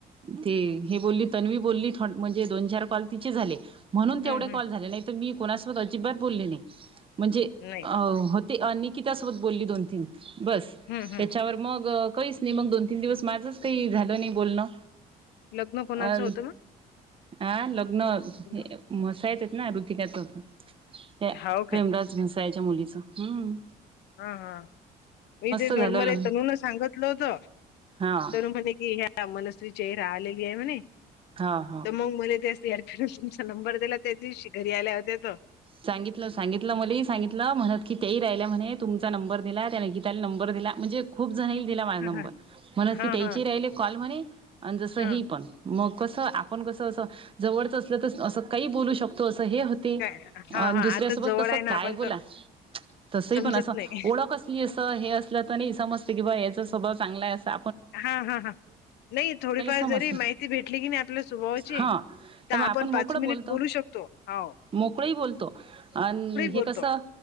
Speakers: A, on the right; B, on the left.
A: ते हे बोलली तन्वी बोलली म्हणजे दोन चार कॉल तिचे झाले. म्हणून
B: हं
A: तेवढे कॉल
B: हं
A: झाले नाही तर मी कोणासोबत अजिबात बोलले नाही म्हणजे
B: नाही
A: ह होत निकितासोबत बोलली दोन तीन बस
B: हं हं
A: त्याच्यावर मग काहीच नाही मग दोन तीन दिवस माझंच काही झालं नाही बोलणं
B: लग्न कोणाचं
A: अ
B: होतं
A: हा लग्न
B: ना
A: मसा येतात ना ऋतिकय सोबत त्या
B: हाव
A: प्रेमराज
B: काय
A: भेसालेच्या मुलीच हम्म
B: हा हा मी तेच
A: झालं
B: मरमरे
A: ल
B: तणून सांगितलं होतं
A: हा
B: तर म्हणे कि ह्या मनसरीची हा आलेलि आहे म्हणे
A: हा हा
B: मग मला त्या सी आरपीने तुमचा नंबर दिला त्या दिवशी घरी आल्या होता तो
A: सांगितलं सांगितलं मली सांगितलं म्हणत की तेही राहिल्या म्हणे तुमचा नंबर दिला त्याने की त्याला नंबर दिला म्हणजे खूप जणईल दिला माझा
B: हा
A: नंबर म्हणत
B: हा
A: की
B: हा
A: त्याचे
B: हा
A: राहिले कॉल म्हणे आणि जसं
B: हा
A: हे पण मग कसं आपण कसं असं जवळचं असलं तस काही बोलू शकतो असं हे हो
B: <unintelligible>
A: आणि दुसऱ्यासोबत
B: आता जवळ
A: कसं
B: आहे ना
A: काय
B: आपण
A: बोला
B: तर
A: तसही
B: समजत
A: पण असं
B: नाही
A: ओळख असली अस तर हे असलं तर नाही समजते की बा याचा स्वभाव चांगला आहे असा
B: हा हा हा नाही थोडीफार
A: समजते
B: जरी माहिती भेटली की नाही आपल्या स्वभावाची
A: हा
B: त
A: तर
B: आपण
A: मग मोकळं
B: पाच मिनिट
A: बोलतो
B: बोलू शकतो हाव.
A: मोकळही बोलतो आण हे
B: बोलतो
A: कसं